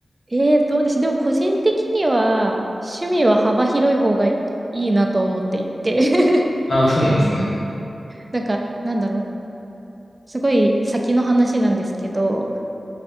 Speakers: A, on the right; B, on the left.
A: えー、どうでしょう。でも個人的には、趣味は幅広い方がいいなと思っていて。<laughs>
B: ああ、そうなんですね。
A: なんか、なんだろう。すごい先の話なんですけど、